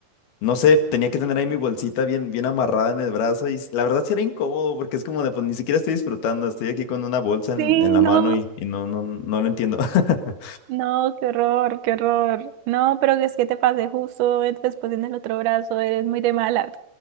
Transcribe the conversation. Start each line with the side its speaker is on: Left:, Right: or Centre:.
Left: No sé, tenía que tener ahí mi bolsita bien, bien amarrada en el brazo y s- la verdad sí era incómodo porque es como de, pues ni siquiera estoy disfrutando, estoy aquí con una bolsa en,
Right: Sí,
Left: en la
Right: no.
Left: mano y, y no, no, no lo entiendo. <laughs>
Right: No, qué horror, qué horror. No, pero es que te pasé justo después en el otro brazo, eres muy de malas.